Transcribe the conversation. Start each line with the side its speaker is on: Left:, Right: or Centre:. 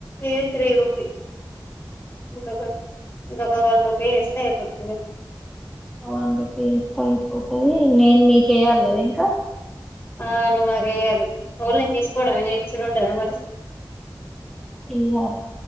Left: ఇది త్రీ రూపీ ఇంకొక ఇంకొక వన్ రూపీ ఎస్తె అయిపోతదే
Centre: వన్ రుపీస్ ఎస్తే అయిపోతది నేన్ నీకేయ్యాలికదా ఇంకా
Left: ఆ నువ్వు నాకెయ్యాలి ఓన్లీ తీసుకోవడమేనా ఇచ్చుడుండదా మరి
Centre: ఇయ్యాలే